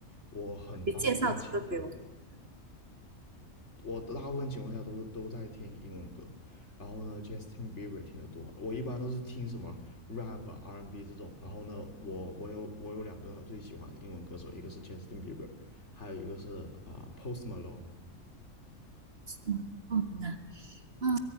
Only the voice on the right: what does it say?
你介绍几个给我。
嗯，嗯呐，嗯，